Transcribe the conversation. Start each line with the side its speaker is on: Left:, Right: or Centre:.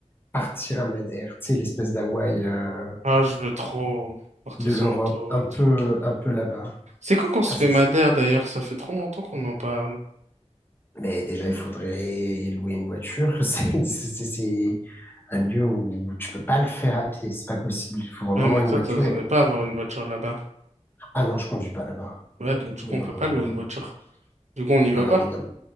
Left: partir à Madère, tu sais, l'espèce d'Hawaï euh,
Right: Ah, je veux trop Porto
Left: de
Right: Santo
Left: l'Europe, un
Right: et
Left: peu,
Right: tout.
Left: un peu là-bas.
Right: C'est quand qu'on
Left: Ça,
Right: se fait
Left: ça,
Right: Madère
Left: ça.
Right: d'ailleurs? Ça fait trop longtemps qu'on en parle.
Left: Mais déjà, il faudrait louer une voiture. <laughs> C'est, c'est, c'est- c'est un lieu où tu peux pas le faire à pied, c'est pas possible. Il faut vraiment
Right: Ouais,
Left: avoir
Right: mais toi,
Left: une voiture.
Right: t'oserais
Left: et-
Right: pas avoir une voiture là-bas.
Left: Ah non, je conduis pas là-bas.
Right: Ouais, donc du
Left: Non,
Right: coup, on
Left: non,
Right: peut pas louer une voiture.
Left: non,
Right: Du coup, on n'y va
Left: non, non,
Right: pas.
Left: mais non.